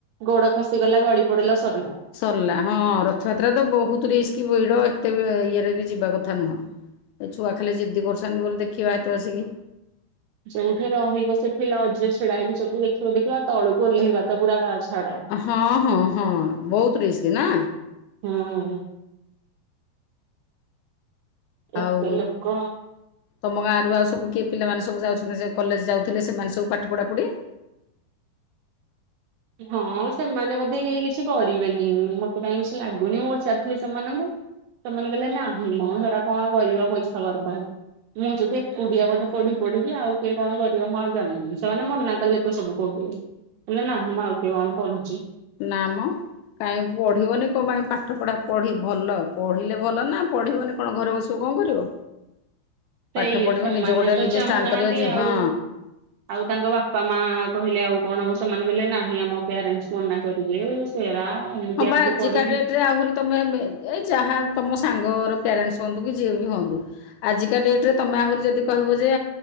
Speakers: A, on the right; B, on the left.
A: ଗୋଡ ଖସିଗଲା ଗଳି ପଡିଲା ସରିଲା।
B: ସରିଲା ହଁ, ରଥଯାତ୍ରା ତ ବହୁତ ରିସ୍କ ଭିଡ଼ ଏତେ ଇଏରେ ବି ଯିବା କଥା ନୁହଁ। ଏ ଛୁଆ ଖାଲି ଜିଦି କରୁଛନ୍ତି ବୋଲି ଦେଖିବା ହେତେ ବଳସିକି।
A: ଯୋଉଠି ରହିବ ସେଠି ଲଜରେ ଛିଡାଇକି ସବୁ ଦେଖିବ ଦେଖିବ ଆଉ ତଳକୁ ଓହ୍ଲେଇବା ତ ପୁରା ଛାଡ।
B: ହଁ, ହଁ, ହଁ ବହୁତ ରିସ୍କ ନା?
A: ହଁ। ଏତେ
B: ଆଉ
A: ଲୋକ
B: ତମ ଗାଁରୁ ଆଉ ସବୁ କିଏ ପିଲାମାନେ ସବୁ ଯାଉଛନ୍ତି କଲେଜ ଯାଉଥିଲେ ସେମାନେ ସବୁ ପାଠ ପଢ଼ା ପୁଢ଼ି
A: ହଁ ସେମାନେ ବୋଧେ କେହି କିଛି କରିବେନି। ମୋତେ କାହିଁ କିଛି ଲାଗୁନି। ମୁଁ ପଚାରିଥିଲି ସେମାନଙ୍କୁ ସେମାନେ କହିଲେ ନାହିଁ ମ ହେରା କଣ କରିବ, ପଇସା ବର୍ବାଦ। ମୁଁ ଯଦି ଏକୁଟିଆ ବଧେ ପଢିବି ପଢିବି। ଆଉ କିଏ କଣ କରିବ ମୁଁ ଆଉ ଜାଣିନି। ସେମାନେ ମନା କଲେ ତ ସବୁ କହୁଥିଲେ। କହିଲେ ନାହିଁ ମ, ଆଉ କିଏ କଣ କଣ ପଢୁଚି।
B: ନା ମ କାହିଁକି ପଢିବନି କଣପାଇଁ ପାଠ ପଢା ପଢି ଭଲ। ପଢିଲେ ଭଲ ନା ପଢିବନି କଣ ଘରେ ବସି କଣ କରିବ?
A: ସେଇଆ
B: ପାଠ ପଢ଼ିବ
A: ସେମାନେ
B: ନିଜେ ଗୋଟେ
A: ତ
B: ନିଜେ
A: ଚାହୁଁନାହାନ୍ତି
B: ଷ୍ଟାଣ୍ଡ କରିବ ଯେ,
A: ଆଉ
B: ହଁ।
A: ଆଉ ତାଙ୍କ ବାପା ମା କହିଲେ ଆଉ କଣ ହବ, ସେମାନେ କହିଲେ ନାହିଁ ଆମ ପ୍ୟାରେଣ୍ଟସ୍ ମନା କରିବେ। ସେରା ଏମିତି
B: ହଁ ବା
A: ଆଉ
B: ଆଜିକା
A: କିଏ ପଢୁଚି?
B: ଡେଟ୍ରେ ଆହୁରି ତମେ ଏମ ଯାହା ତୁମ ସାଙ୍ଗର ପ୍ୟାରେଣ୍ଟସ୍ ହୁଅନ୍ତୁ କି ଯିଏ ବି ହୁଅନ୍ତୁ ଆଜିକା ଡେଟରେ ତୁମେ ଆହୁରି ଯଦି କହିବ ଯେ